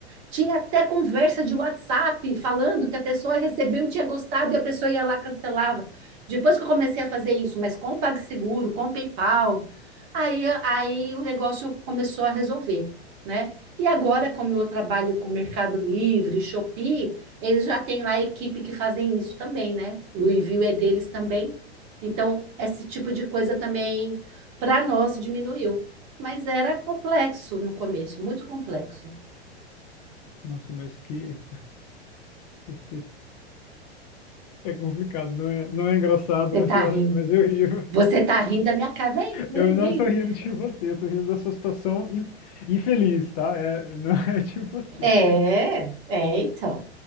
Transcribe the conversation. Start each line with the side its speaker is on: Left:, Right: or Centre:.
Right: tinha até conversa de WhatsApp falando que a pessoa recebeu, tinha gostado e a pessoa ia lá e cancelava. Depois que eu comecei a fazer isso, mas com o PagSeguro, com o PayPal, aí, aí o negócio começou a resolver, né? E agora, como eu trabalho com Mercado Livre, Shopee, eles já têm lá a equipe que fazem isso também, né? E o envio é deles também. Então, esse tipo de coisa também, para nós, diminuiu. Mas era complexo no começo, muito complexo.
Left: nossa, mas que. <laughs> É complicado, não é, não é engraçado,
Right: Você
Left: mas
Right: tá
Left: eu,
Right: rindo.
Left: mas eu ri.
Right: Você tá rindo da minha cara. Vem, vem,
Left: Eu não
Right: vem.
Left: tô rindo de você, eu tô rindo da sua situação in- infeliz, tá? É, não <laughs> é de você.
Right: É, é, então.